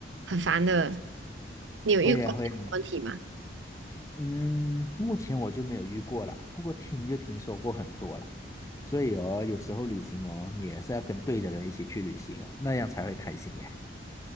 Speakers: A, on the right; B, on the left.
A: 很烦的。你有遇过这样的问题吗？
B: 会呀，会呀，嗯，目前我就没有遇过啦，不过听就听说过很多啦，所以哦，有时候旅行哦，你也是要跟对的人一起去旅行啊，那样才会开心耶。